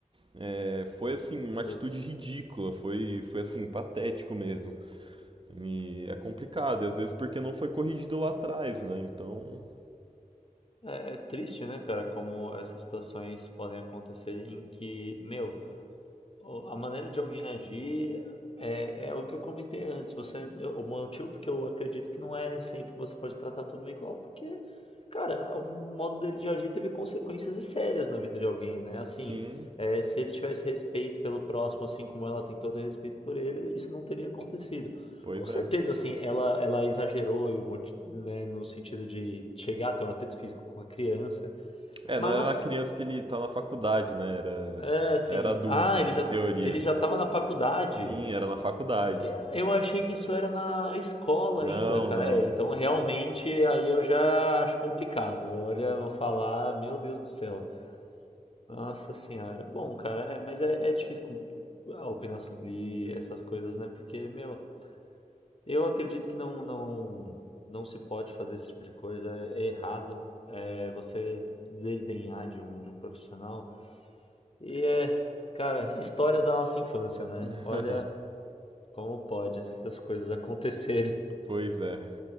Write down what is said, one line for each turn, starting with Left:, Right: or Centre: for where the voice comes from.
Right: é, foi assim, uma atitude
Left: Putz.
Right: ridícula. Foi, foi assim, patético mesmo. E é complicado, e às vezes porque não foi corrigido lá atrás, né? Então,
Left: É, é triste, né, cara, como essas situações podem acontecer em que, meu, O- A maneira de alguém agir é, é o que eu comentei antes. Você, eu- o motivo porque eu acredito que não é sempre que você pode tratar todo mundo igual, porque, cara, o modo dele de agir teve consequências e sérias na vida de alguém, né? Assim,
Right: sim,
Left: é, se ele tivesse respeito pelo próximo, assim como ela tentou ter respeito por ele, isso não teria acontecido.
Right: pois
Left: Com certeza,
Right: é.
Left: assim, ela, ela exagerou e o moti- né, no sentido de chegar a ter um atrito físico com a criança,
Right: É,
Left: mas,
Right: não era uma criança que ele tá na faculdade, né? Era,
Left: é assim,
Right: era adulto,
Left: ah, ele
Right: em
Left: já,
Right: teoria.
Left: ele já estava na faculdade.
Right: Sim, era na faculdade.
Left: E Eu achei que isso era na escola
Right: Não,
Left: ainda, cara.
Right: não.
Left: É, então realmente aí eu já acho complicado. Olha, eu vou falar, meu Deus do céu. Nossa senhora. Bom, cara, é, mas é, é difícil com- ah, opinar sobre essas coisas, né? Porque, meu, eu acredito que não, não, não se pode fazer esse tipo de coisa. É, é errado. É você desdenhar de um, de um profissional. E é, cara, histórias da nossa infância, né?
Right: <laughs>
Left: Olha como pode essas coisas <laughs> acontecerem.
Right: Pois é.